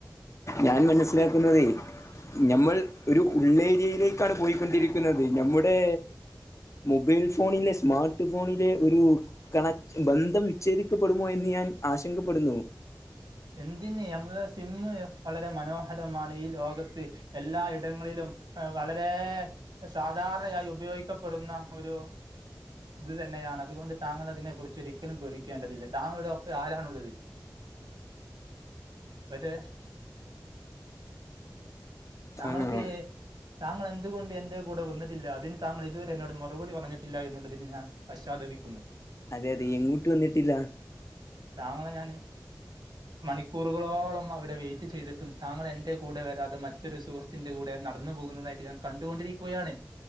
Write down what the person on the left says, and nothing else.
ഞാൻ മനസ്സിലാക്കുന്നതേ... ഞമ്മൾ ഒരു ഉള്ളേരിയയിലേക്കാണ് പോയിക്കൊണ്ടിരിക്കുന്നത് ഞമ്മു ടെ മൊബൈൽ ഫോണിലെ സ്മാർട്ട് ഫോണിലെ ഒരു കണക്റ്റ് ബന്ധം വിച്ഛേദിക്കപ്പെടുമോ എന്ന് ഞാൻ ആശങ്കപ്പെടുന്നു.
ആഹ്
അതെ അതെ എങ്ങോട്ട് വന്നിട്ടില്ല?